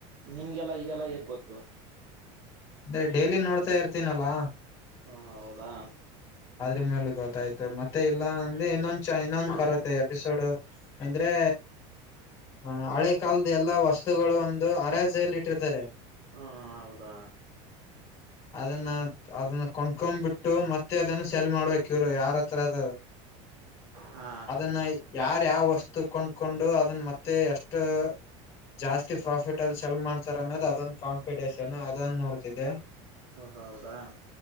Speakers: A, on the right; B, on the left.
A: ನಿಮ್ಗೆಲ್ಲಾ ಇದೆಲ್ಲ ಹೇಗ್ ಗೊತ್ತು
B: ಅಂದ ಡೈಲಿ ನೋಡ್ತಾ ಇರ್ತೀನಲ್ಲಾ
A: ಹಾ ಹೌದಾ
B: ಅದ್ರ ಮೇಲೆ ಗೊತ್ತಾಯ್ತು ಮತ್ತೆ ಇಲ್ಲ ಅಂದೆ ಇನ್ನೊಂದು ಇನ್ನೊಂದು ಬರುತ್ತೆ ಎಪಿಸೋಡ್ ಅಂದ್ರೆ ಹ ಹಳೆ ಕಾಲದ ಎಲ್ಲಾ ವಸ್ತುಗಳು ಒಂದು ಅರಜ್ಯಲ್ಲಿ ಇಟ್ಟಿರ್ತಾರೆ
A: ಹಾ ಹೌದಾ
B: ಅದನ್ನ ಅದನ್ನ ಕಣ್ಕೊ್ಬಿಟ್ಟು ಮತ್ತೆ ಅದನ್ನ ಸೆಲ್ ಮಾಡ್ಬೇಕ್ ಕ್ಯರು ಯಾರ ಹತ್ರ ಅದು
A: ಹಾ
B: ಅದನ್ನ ಯಾರ ಯಾವ ವಸ್ತು ಕೊಂಡ್ಕೊಂಡು ಅದನ್ನ ಮತ್ತೆ ಎಷ್ಟು ಜಾಸ್ತಿ ಪ್ರಾಫಿಟ್ ಅಲ್ ಚಲ್ ಮಾಡ್ತಾರ ಅನ್ನೋದು್ ಅದೊಂದು ಕಾಂಪಿಟೇಷನ್ ಅದೊಂದು ನೋಡ್ತಿದ್ದಿದೆ
A: ಓ ಹೌದಾ